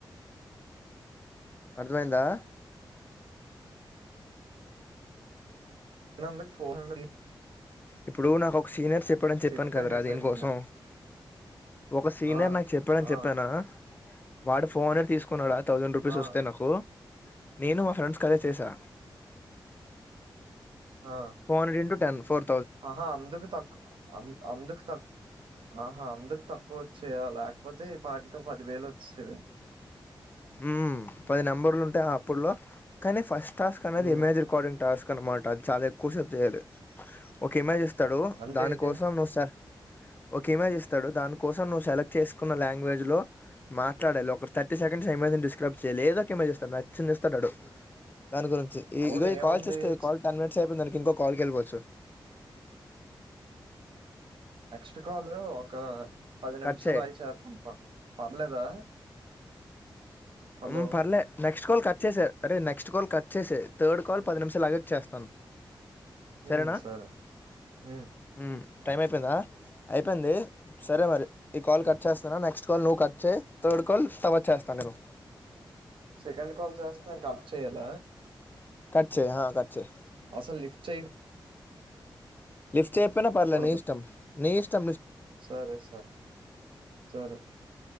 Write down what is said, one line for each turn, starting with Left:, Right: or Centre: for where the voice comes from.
Left: అర్థమైందా
Right: ఎందుకు ఫోన్ ది
Left: ఇప్పుడు నాకు ఒక సీనేర్ చెప్పాడని చెప్పాను
Right: చెప్పాహే
Left: కదరా దీనికోసం
Right: సరిగ్గా
Left: ఒక సీనియర్
Right: ఆ
Left: నాకు చెప్పాడని
Right: ఆ
Left: చెప్పానా వాడు ఫోన్ తీసుకున్నాడా థౌజండ్ రూపీస్
Right: ఆ
Left: వస్తాయి నాకు నేను మా ఫ్రెండ్స్ కదే చేసా
Right: ఆ
Left: four hundred two ten four
Right: ఆహా అందుకు తక్కువ అందుకు తక్ ఆహా అందుకు తక్కువ చేయాలి లేకపోతే ఈ పాటికి పదివేలు వచ్చేవి
Left: ఉ పది నెంబర్లు ఉంటాయి అప్పుట్లో కానీ ఫస్ట్ టాస్క్ అది
Right: ఉమ్
Left: ఎమజ్ రికార్డింగ్ టాస్క్ అనమాట అది చాలా ఎక్కువసేపు చేయాలి ఒక ఏ చేస్ ఇస్తాడు
Right: అంటే
Left: దాని
Right: ఏంటి
Left: కోసం నువ్వు సార్ ఒక ఇమేజ్ ఇస్తాడు దాని కోసం నువ్వు సెలెక్ట్ చేసుకున్న లాంగ్వేజ్ లో, మాట్లాడేాలి ఒక థర్టీ సె <unintelligible> డిస్క్రైబ్ చేయ లేదోక ఏమ చేస్తాడు నచ్చింది ఇస్తాన్నాడు దాని గురించి ఇ
Right: అవును
Left: ఇగో
Right: ఏముంది
Left: కాల్ చేసుకో
Right: ఛ్,
Left: కాల్ టెన్ మినిట్స్ అయిపోయిందిని ఇంకో కాల్ కి వెళ్లిపోవచ్చు
Right: పుక్షకాలు ఒక పది నిమిషాలుయి
Left: కట్ చేయి
Right: ఆగి చేతాంప పర్లేదా హలో
Left: మ్ పర్లే నెక్స్ట్ కాల్ కట్ చేసా, అరే నెక్స్ట్ కాల్ కట్ చేసి థర్డ్ కాల్ పది నిమిషాలు లాగా చేస్తాను
Right: మ్
Left: సరేనా
Right: సరే మ్
Left: ఉమ్ టైం అయిపోయిందా, అయిపోయింది సరే మరి ఈ కాల్ కట్ చేస్తాను నెక్స్ట్ కాల్ నువ్వు కట్ చే థర్డ్ కాల్ తవ వచ్చేస్తాను నేవు
Right: సెకండ్ కాల్ చేస్తున్నాను కట్ చేయ్యాల
Left: కట్ చెయ్ అ కట్ చేయి
Right: అసలు లిఫ్ట్ చేయి
Left: లిఫ్ట్ చెప్పిన పర్లే
Right: చేయకూడదు.
Left: నీ ఇష్టం నీ ఇష్ త
Right: సరే సరే సరే